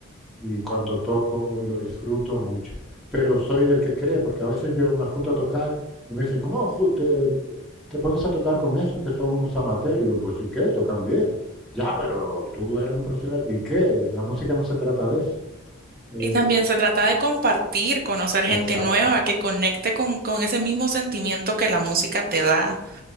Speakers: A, in the centre; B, on the right.
A: y cuando toco lo disfruto mucho. Pero soy del que cree, porque a veces yo me junto a tocar y me dicen, ¿cómo ju- te, te pones a tocar con esos que son unos amateurs? Y digo, pues ¿y qué? Tocan bien. Ya, pero tú eres un profesional. ¿Y qué? La música no se trata de eso. Eh,
B: Y también se trata de compartir, conocer gente
A: exacto,
B: nueva que conecte con, con ese mismo sentimiento que la música te da,